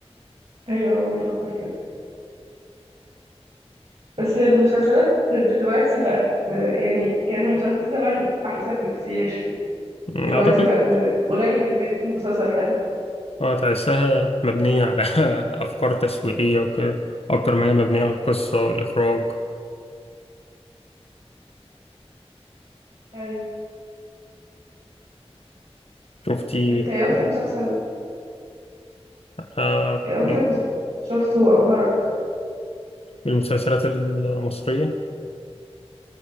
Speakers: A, on the right; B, on the left.
A: أيوه هو بيفكر كده بس المسلسلات دلوقتي بقت يعني كانت المسلسلات زمان احسن بكثير
B: أعتقد
A: دلوقتي بقت قليل لما يبقى فيه مسلسل حلو
B: اه تحسها مبنية على <laughs> أفكار تسويقية وكده أكتر ما هي مبنية على القصة والإخراج
A: ايوه
B: شفتي
A: انت ايه اكتر مسلسل
B: آه،
A: ايه اكتر
B: من
A: مسلسل شفته ابهرك
B: المسلسلات المصرية